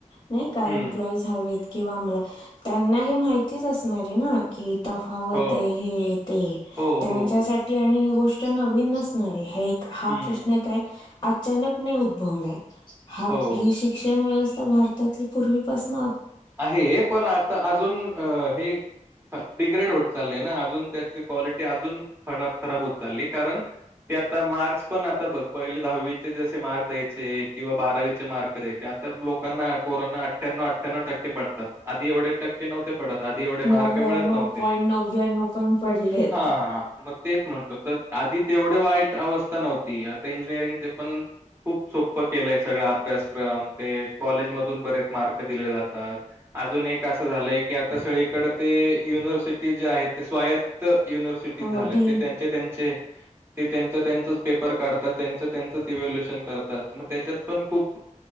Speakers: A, on the left; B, on the right.
A: नाही काय
B: हम्म
A: एम्प्लॉईज हवेत किंवा आमला त्यांना हे माहितीच असणार आहे ना की तफावत
B: हो
A: हे ते
B: हो
A: त्यांच्यासाठी
B: हो हो
A: आणि ही गोष्ट नवीन नसणारये हे हा
B: हम्म
A: प्रश्न काय अचालक नई उद्वलाय हा
B: हो
A: ही शिक्षण व्य ता भारतातली पूर्वीपासून
B: आहे पण आता अजून अ हे डिग्रेड होत चालली ना अजून त्याची क्वालिटी अजून खराब खराब होत चालली कारण ते आता मार्क्स पण आता बघ पहिले दहावीचे जसे मार्क द्यायचे किंवा बारावीचे मार्क द्यायचे आत लोकांना पोरांना अठ्ठयानऊ अठ्ठयानऊ टक के पडतात आधी एवढे टक्के नव्हते पडत आधी एवढे मार्क
A: नव्याण्णव
B: मिळत नव्हते.
A: पॉईंट नव्याण्णव पण पडलेत
B: हा म तेच म्हणतो तर आधी तेवढे वाईट अवस्था नव्हती आता इंजिनिअरिंगचे पण खूप सोप्पं केलंय सगळा अभ्यासक्रम ते कॉलेजमधून बरेच मार्क दिले जातात अजून एक असं झालंय की आता सगळीकडे ते युनिव्हर्सिटी जे आहेत ते स्वायत्त युनिव्हर्सिटीत
A: हो
B: झाल्या
A: डीम
B: ते त्यांचे त्यांचे ते त्यांचं त्यांचच पेपर काढतात त्यांचं त्यांचंच इव्होल्युशन करतात मग त्याच्यात पण खूप